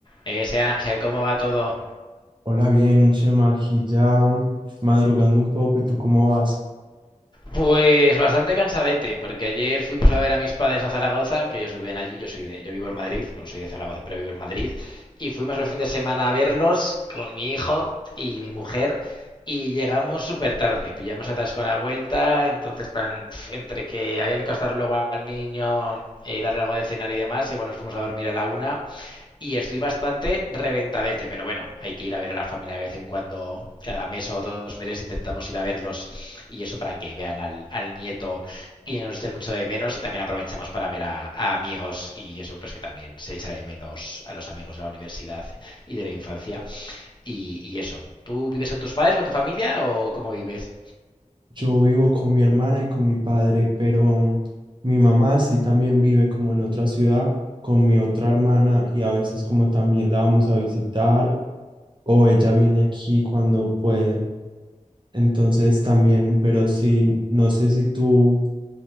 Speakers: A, on the left; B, on the right.
A: Eh, Ese Ángel, ¿cómo va todo?
B: Hola, bien, Chema, aquí ya madrugando un poco, ¿y tú cómo vas?
A: Pues bastante cansadete, porque ayer fuimos a ver a mis padres a Zaragoza, que ellos viven allí, yo soy de, yo vivo en Madrid, bueno, soy de Zaragoza, pero vivo en Madrid, y fuimos el fin de semana a verlos con mi hijo y mi mujer, y llegamos súper tarde, pillamos atasco a la vuelta, entonces plan, pf, entre que había que acostar luego al niño, eh, darle algo de cenar y demás, igual nos fuimos a dormir a la una, Y estoy bastante reventadete, pero bueno, hay que ir a ver a la familia de vez en cuando, cada mes o dos meses intentamos ir a verlos y eso para que vean al, al nieto y nos echen mucho de menos y también aprovechamos para ver a, a amigos y eso pues que también se echa de menos a los amigos de la universidad y de la infancia y, y eso. ¿Tú vives con tus padres, con tu familia o cómo vives?
B: Yo vivo con mi hermana y con mi padre, pero mm, mi mamá sí también vive como en otra ciudad con mi otra hermana y a veces como también la vamos a visitar o ella viene aquí cuando puede. Entonces también, pero sí, no sé si tú